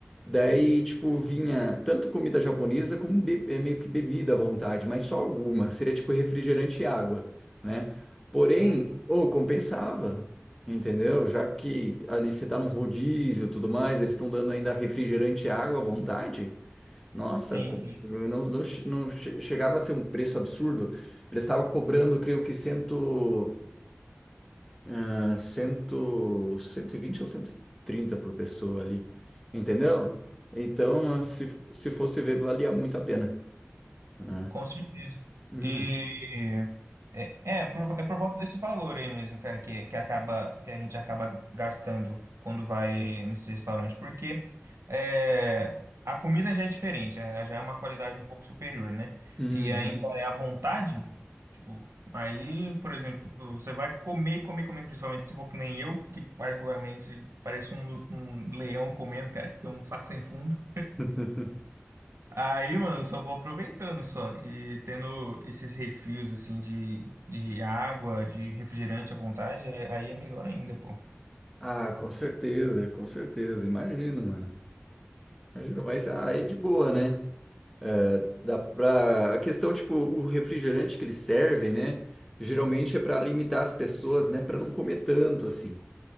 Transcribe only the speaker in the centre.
Daí, tipo, vinha tanto comida japonesa como be- é, meio que bebida à vontade, mas só alguma. Seria tipo refrigerante e água, né? Porém,
ô, compensava, entendeu? Já que ali você tá num rodízio e tudo mais, eles estão dando ainda refrigerante e água à vontade. Nossa,
co-
não, não, che- não che- chegava a ser um preço absurdo. Eles estavam cobrando, creio que cento ah, cem, cento e vinte ou cento e trinta por pessoa ali, entendeu? Então, ah, se, se fosse ver, valia muito a pena, né?
Hum,
uhum.
<laughs>
Ah, com certeza, com certeza. Imagino, mano. Imagino, mas ah, é de boa, né? É, Dá pra... A questão, tipo, o refrigerante que eles servem, né? Geralmente é para limitar as pessoas, né? Para não comer tanto, assim,